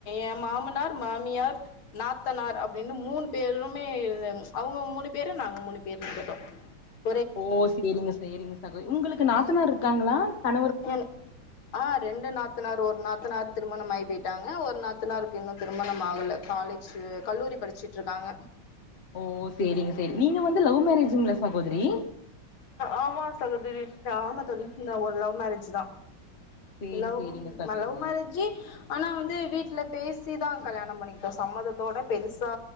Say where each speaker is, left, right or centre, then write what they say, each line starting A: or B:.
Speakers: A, on the left (about 80°); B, on the left (about 35°).
A: என் மாமானார் மாமியார் நாத்தனார் அப்படின்னு மூணு பேருமே அவங்க மூணு பேரும் நாங்க மூணு பேர் பெருக்கத <unintelligible>
B: ஓ சரிங்க சரிங்க சகோதரி உங்களுக்கு நாத்த இருக்காங்களா ப
A: என் ஆஹ் ரெண்டு நாத்தனார் ஒரு நாத்து நாத்தனாரு திருமணம் ஆகி போயிட்டாங்க ஒரு நாத்தனாருக்கு இன்னும் திருமணம் ஆகல காலேஜ் கல்லூரி படிச்சுட்டு இருக்காங்க
B: ஓ சரிங்க சரி நீங்க வந்து லவ் மேரேஜுங்களா சகோதரி
A: ஆமா சகோதரி ஆஹ சொல்லி இந்தான் ஒரு லவ் மேரேஜ் தான்
B: சேரி
A: லவ்
B: சேரிங்க சகோதரி
A: லவ் மேரேஜு ஆனா வந்து வீட்டு இல பேசி தான் கல்யாணம் பண்ணிக்கிட்டோம் சம்மதத்தோட பெருசா